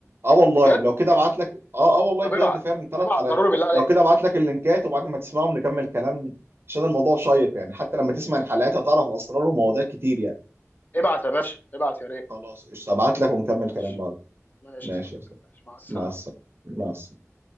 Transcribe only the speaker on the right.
اه والله
لو كده ابعت لك اه اه والله
بجد
فعلا ثلاث
حلقات
لو كده ابعت لك اللينكات وبعد ما تسمعهم نكمل كلام عشان الموضوع شيق يعني حتى لما تسمع الحلقات هتعرف اسرار ومواضيع كتير يعني
خلاص قشطه ابعت لك ونكمل
كلام بعد
ماشي
يا استاذ
مع السلامه مع السلامه